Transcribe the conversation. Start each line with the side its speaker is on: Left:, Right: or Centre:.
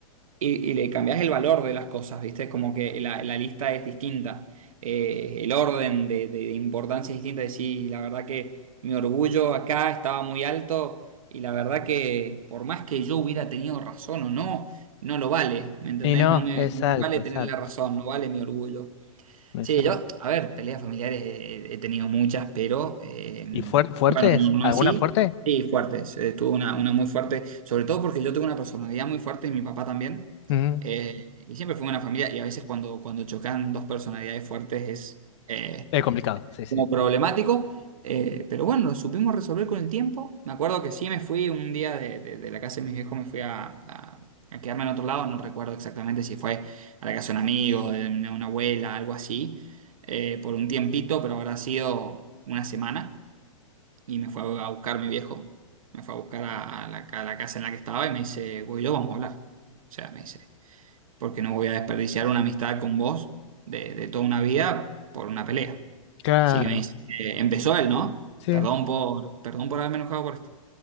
Right: y, y le cambias el valor de las cosas, ¿viste? Como que la, la lista es distinta, eh, el orden de, de importancia es distinta. Decís, la verdad que mi orgullo acá estaba muy alto y la verdad que por más que yo hubiera tenido razón o no, no lo vale, ¿me entendés?
Left: y no,
Right: No me,
Left: exacto,
Right: no me vale
Left: exacto,
Right: tener la razón, no vale mi orgullo.
Left: exacto.
Right: Sí, yo, a ver, peleas familiares eh, he tenido muchas, pero eh, bueno,
Left: ¿Y fuer- fuertes?
Right: no, no
Left: ¿Alguna
Right: así.
Left: fuerte?
Right: Sí, fuertes. eh, tuve una, una muy fuerte, sobre todo porque yo tengo una personalidad muy fuerte y mi papá también.
Left: Ujú.
Right: eh, y siempre fue una familia, y a veces cuando, cuando chocan dos personalidades fuertes es, eh,
Left: Es complicado, sí, sí.
Right: como problemático, eh, pero bueno, lo supimos resolver con el tiempo. Me acuerdo que sí me fui un día de, de- de la casa de mis viejos, me fui a, a- a quedarme en otro lado, no recuerdo exactamente si fue a la casa de un amigo, de una una abuela, algo así, eh, por un tiempito, pero habrá sido una semana y me fue a buscar mi viejo, me fue a buscar a, a la, a la casa en la que estaba y me dice, Guido, vamos a hablar. O sea, me dice porque no voy a desperdiciar una amistad con vos de, de toda una vida por una pelea.
Left: Claro,
Right: Así que me dice, eh, empezó él, ¿no?
Left: sí.
Right: Perdón por, perdón por haberme enojado por esto.